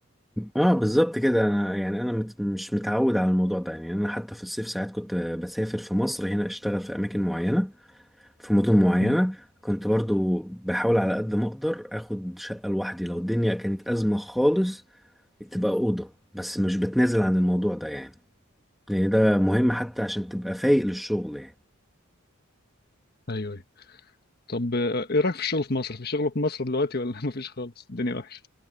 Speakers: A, in the centre; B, on the left (about 45°).
A: اه بالظبط كده انا يعني انا مت مش متعود على الموضوع ده يعني انا حتى في الصيف ساعات كنت بسافر في مصر هنا اشتغل في اماكن معينه في مدن معينه
B: امم
A: كنت برضو بحاول على قد ما اقدر اخد شقه لوحدي لو الدنيا كانت ازمه خالص تبقى اوضه بس مش بتنازل عن الموضوع ده يعني لان ده مهم حتى عشان تبقى فايق للشغل يعني
B: أيوه أيوه طب آه، إيه رأيك في الشغل في مصر؟ في شغل في مصر دلوقتي ولا <laughs> مفيش خالص؟ الدنيا وحشة